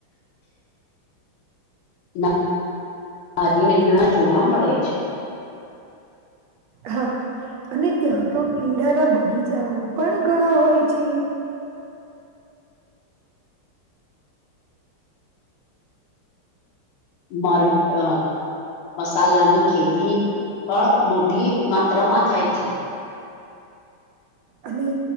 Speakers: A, on the left; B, on the right.
A: હ કાર્ય ના જોવા મળે છે
B: હા અને ત્યાં તો કેળાના બગીચાઓ પણ ઘણા હોય છે
A: મારે આ મસાલાની ખેતી પણ મોટી માત્રામાં થાય છે
B: અને